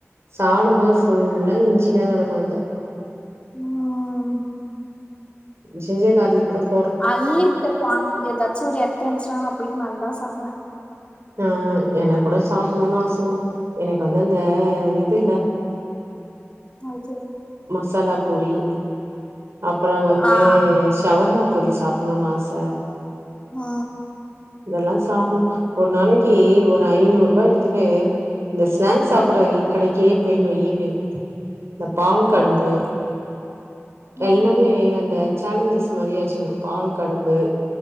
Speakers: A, on the right; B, on the left.
A: சாப்புடும் போது ஃபுல்லா இஞ்சிதா கெடக்கு அதுல
B: ம்
A: ஜிஞ்சர் கார்லிக் கூடப்
B: அன்லிமிடட் குவான்ட்டி எதாச்சு ஒரு எடத்துலன்சுன்னா நான் போயிட்டு நல்லா சாப்டுவேன்
A: ஆ என்க்கூட சாப்டணுன் ஆசங்க எனக்கு வந்து அந்த இது இல்ல
B: அ சேரிங்
A: மசாலா பொரி அப்றோ வந்து
B: அ ஆ
A: சவர்மா பொரி சாப்ணுனு ஆச
B: ஆ
A: இதெல்லா சாப்புனு ஒரு நாளைக்கு ஒரு ஐநூறு ரூபா எடுத்துட்டு இந்த ஸ்நாக்ஸ் சாப்புடுற கடைக்கே போய்ணு ஈவ்னிங் இந்த பால் கடம்பு
B: அதுதா ம்
A: எல்லாமே அந்த சேலஞ்சஸ் மாரியே வெச்சுக்கணு பால் கடும்பு